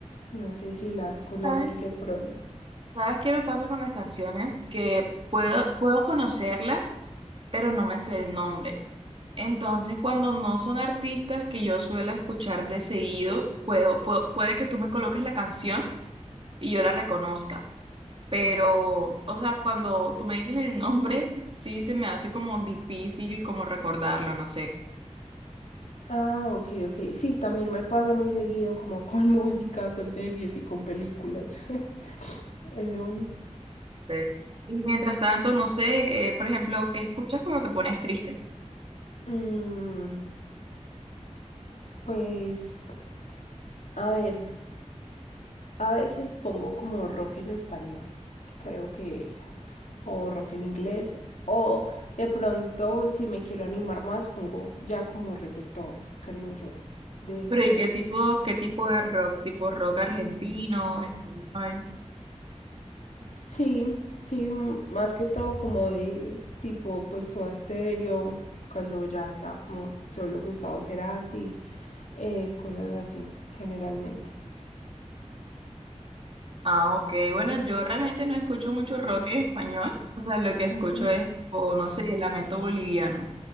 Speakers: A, on the left (about 80°); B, on the right (about 50°).
A: No sé si las conoces
B: ¿Sabes?
A: de pronto.
B: ¿Sabes qué me pasa con las canciones? Que puedo, puedo conocerlas, pero no me sé el nombre. Entonces, cuando no son artistas que yo suelo escuchar de seguido, puedo, puedo- puede que tú me coloques la canción y yo la reconozca. Pero, o sea, cuando tú me dices el nombre, sí se me hace como difícil como recordarlo, no sé.
A: Ah, ok, ok. Sí, también me pasa muy seguido como con <laughs> música, con series y con películas. <laughs> Eso.
B: Sí. Y mientras tanto, no sé, eh, por ejemplo, ¿qué escuchas cuando te pones triste?
A: mm, pues, a ver, a veces pongo como rock en español. Creo que esa. O rock en inglés. O de pronto, si me quiero animar más, pongo ya como reggaetón, creo yo. De
B: Pero
A: como
B: ¿y qué tipo, qué tipo de rock? ¿Tipo rock argentino, español?
A: Sí, sí, m- más que todo como de tipo pues Soda Stereo, cuando ya estaba como solo Gustavo Cerati, eh, cosas así, generalmente.
B: Ah, ok. Bueno, yo realmente no escucho mucho rock en español. O sea, lo que escucho
A: Ujú.
B: es tipo, no sé, Lamento Boliviano.